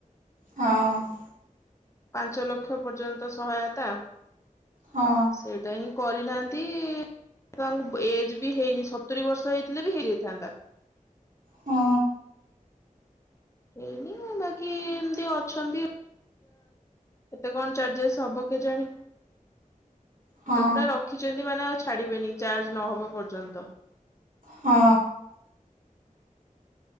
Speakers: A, on the right; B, on the left.
A: ହଁ।
B: ପାଞ୍ଚ ଲକ୍ଷ ପର୍ଯ୍ୟନ୍ତ ସହାୟତା
A: ହଁ
B: ସେଇଟା ହିଁ କରିନାହାନ୍ତି ତାଙ୍କୁ ଏଜ୍ ବି ହେଇନି ସତୁରି ବର୍ଷ ହେଇଥିଲେ ବି ହେଇଯାଇଥାନ୍ତା।
A: ହଁ
B: ହେଇନି ବାକି ଏମିତି ଅଛନ୍ତି <inaudible> କେତେ କଣ ଚାର୍ଜେସ୍ ହବ କେଜାଣି।
A: ହଁ।
B: ତ ପୁରା ରଖିଛନ୍ତି ମାନେ ଆଉ ଛାଡିବେନି ଚାର୍ଜ ନହବା ପର୍ଯ୍ୟନ୍ତ।
A: ହଁ।